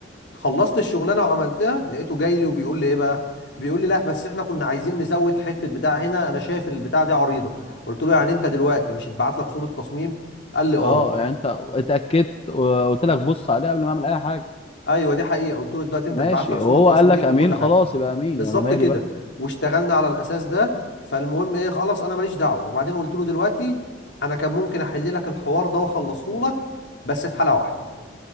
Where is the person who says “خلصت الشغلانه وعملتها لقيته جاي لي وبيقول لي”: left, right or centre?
Left